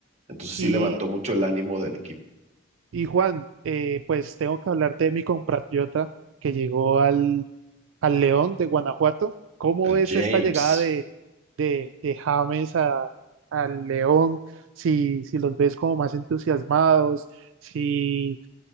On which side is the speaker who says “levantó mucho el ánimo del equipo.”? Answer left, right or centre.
Right